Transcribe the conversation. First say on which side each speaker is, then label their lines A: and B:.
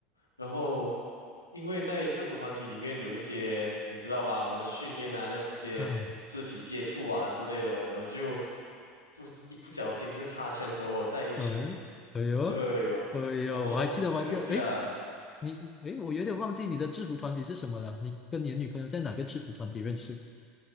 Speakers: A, on the left (about 85°); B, on the left (about 25°).
A: 然后，因为在制服团体里面有一些你知道吧，我们的训练啊，那些肢体接触啊之类的，
B: 啊。
A: 我们就不一不小心就擦枪走火在一起了。
B: 呃，哎呦，
A: 哎呦，
B: 哎呦，
A: 然后很可惜啊。
B: 我还记得，我还记得，哎，你，哎，我有点忘记你的制服团体是什么了。
A: 嗯
B: 你跟你的女朋友在哪个制服团体认识？